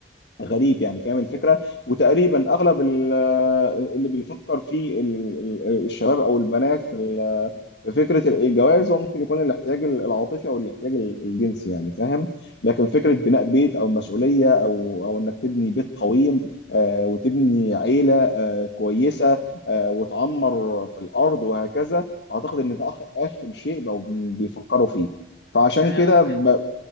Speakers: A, on the left; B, on the left.
A: غريب يعني فاهم الفكره وتقريبا اغلب ال- آه، اللي بيفكر في ال- ال- الشباب او البنات في ال- في فكره الجواز هو ممكن يكون الاحتياج العاطفي او الاحتياج الجنسي يعني فاهم لكن
B: م.
A: فكره بناء بيت او مسؤوليه او او انك تبني بيت قويم آه، وتبني عيله آه، كويسه آه، وتعمر في الارض وهكذا اعتقد ان ده آخ- اخر شيء بقوا بيفكروا فيه فعشان
B: يعني
A: كده
B: انا ممكن
A: ب...